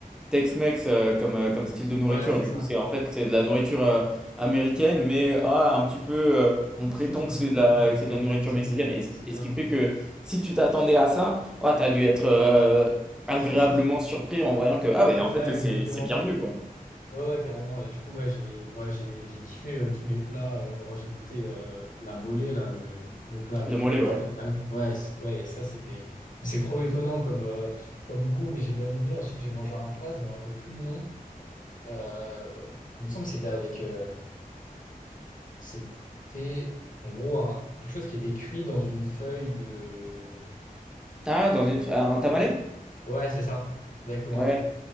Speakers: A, in the centre; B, on the left (about 60°).
A: Tex-Mex euh, comme, euh, comme style de nourriture.
B: ouais, c'est
A: Du
B: ça.
A: coup, c'est en fait c'est de la nourriture euh, américaine, mais ah, un petit peu, euh, on
B: <laughs>
A: prétend que c'est de la,
B: Ouais, avec
A: que c'est
B: le
A: de la
B: branding
A: nourriture mexicaine.
B: euh,
A: Et,
B: mexicain.
A: et ce qui
B: là.
A: fait que si tu t'attendais à ça, ah, tu t'as dû être euh, agréablement
B: <laughs>
A: surpris en voyant que ah mais en fait
B: Ouais,
A: c'est
B: exactement.
A: c'est bien mieux quoi.
B: Ouais, ouais, carrément. Et du coup, ouais, j'ai ouais, j'ai j'ai kiffé euh, tous les plats. euh, genre, j'ai goûté euh, la mollet, là, le, le plat avec
A: Le mollet,
B: euh, du
A: ouais.
B: cancane. Ouais, c- ouais, ça, c'était. C'est trop étonnant comme, euh, comme goût, mais j'ai bien aimé. Ensuite, j'ai mangé un plat, je me rappelle plus le nom. Euh, il me semble que c'était avec. euh, c'était, en gros, un- quelque chose qui était cuit dans une feuille de.
A: Ah, dans une un tamalé?
B: Ouais, c'est ça, exactement.
A: Ouais.